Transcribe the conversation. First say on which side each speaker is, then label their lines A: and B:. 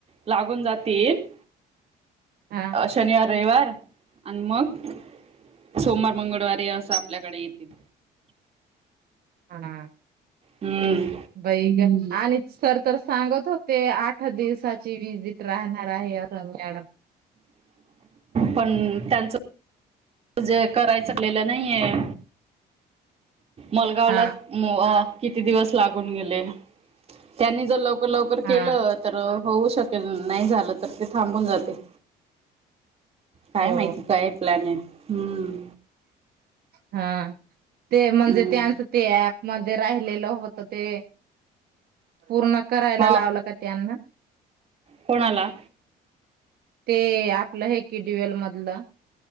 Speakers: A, on the right (about 35°); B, on the right (about 65°).
A: लागून जातील
B: हा
A: शनिवार रविवार आणि मग सोमवार मंगळवारी असं आपल्याकडे येतील
B: हा
A: हम्म
B: बै ग आणि सर तर सांगत होते आठ दिवसाची विजिट राहणार आहे सॅड
A: पण त्यांच त जे करायचंलं नाहीये मलगावला
B: हा
A: म किती दिवस लागून गेले त्यांनी जर लवकर लवकर
B: हा
A: केलं तर होऊ शकेल नाही झालं तर ते थांबून जाते काय
B: हो
A: माहिती काय प्लॅन आहे हम्म
B: हा ते म्हणजे
A: हम्म
B: त्यांचं ते मध्ये राहिलेलं होत ते पूर्ण करायला
A: हा
B: लावलं का त्यांना
A: कोणाला
B: ते आपलं हे केडुवेल मधलं